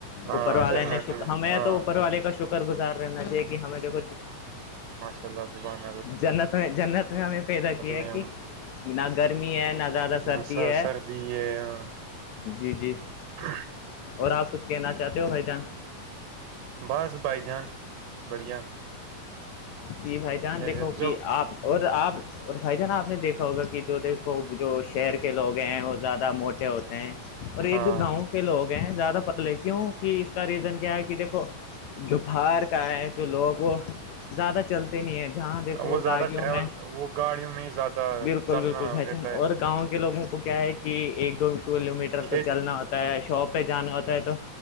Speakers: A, on the right; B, on the left.
A: ہاں
B: اوپر والے
A: جنت
B: نے شر
A: میں
B: ہمیں
A: ہاں
B: تو اوپر والے کا شکر گزار رہ ن چاہے کہ ہمیں دیکھو
A: ا اللہ زبان
B: جنت میں جنت میں ہمیں پیدا کیا ہے
A: میں
B: کہ نہ گرمی ہے نہ زیادہ سردی
A: نشہ
B: ہے
A: سردی ہے یہاں
B: جی جی
A: ہ
B: اور آپ کچھ کہنا چاہتے ہو بھائی جان
A: بس بائی جان بڑیا
B: کہ بھائی جان
A: خیریت
B: دیکھو کہ آپ اور آپ اور بھائی جانا آپ نے دیکھا ہوگا کہ جو دیکھو جو شہر کے لوگ ہیں وہ زیادہ موٹے ہوتے ہیں اور یہ
A: ہاں
B: جو گاؤں کے لوگ ہیں زیادہ پتلے کیوں کہ اس کا ریزن کیا ہے کہ دیکھو جو باہار کا ہے جو لوگ وہ زیادہ چلتے نہیں ہے جہاں دیکھو
A: وہ زیادہ
B: گاڑیوں
A: ٹریول
B: میں
A: وہ گاڑیوں میں ہی زیادہ
B: بالکل
A: چلنا
B: بالکل بھائی
A: رہتا
B: جان
A: ہے
B: اور گاؤں کے لگوں کو کیا ہے کہ ایک دو کلو میٹر
A: کھیت
B: تو چلنا ہوتا ہے شاپ پہ جانا ہوتا ہے تو